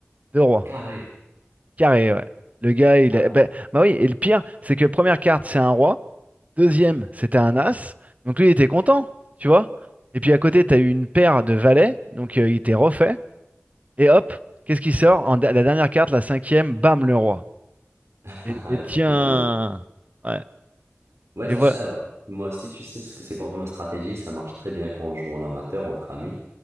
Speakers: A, on the right (about 35°); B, on the right (about 90°).
A: Deux rois.
B: Carré.
A: Carré, ouais. Le gars, il
B: Ah,
A: a... bah, bah oui, et le pire, c'est que première carte, c'est un roi. Deuxième, c'était un as. Donc lui, il était content, tu vois. Et puis à côté, t'as eu une paire de valets. Donc euh, il était refait. Et hop, qu'est-ce qui sort? En da- la dernière carte, la cinquième, bam, le roi.
B: <laughs>
A: Et,
B: t'as
A: et tiens.
B: tout gagné.
A: Ouais.
B: Ouais,
A: Et
B: c'est
A: voilà.
B: ça. Moi aussi, tu sais ce que c'est comme stratégie, ça marche très bien quand on joue en amateur entre amis.